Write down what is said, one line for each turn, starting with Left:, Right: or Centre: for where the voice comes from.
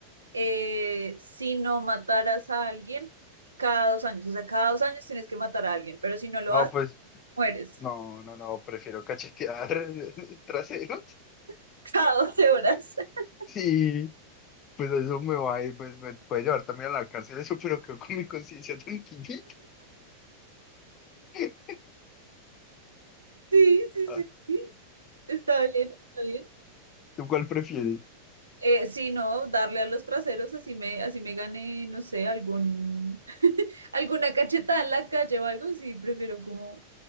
Right: eh, si no mataras a alguien cada dos años. O sea, cada dos años tienes que matar a alguien, pero si no lo
Left: No,
Right: haces,
Left: pues,
Right: mueres
Left: no, no, no, prefiero cachetear <laughs> traseros.
Right: <laughs> cada 12 horas. <laughs>
Left: Sí, Pues eso me va a ir, pues me puede llevar también a la cárcel eso, pero quedo con mi conciencia tranquilita. <laughs>
Right: Sí, sí,
Left: Ah,
Right: sí. sí. Está bien, está bien.
Left: ¿Tú cuál prefieres?
Right: Eh, si no, darle a los traseros, así me, así me gane, no sé, algún, <laughs> alguna cachetada en la calle o algo, sí, prefiero como,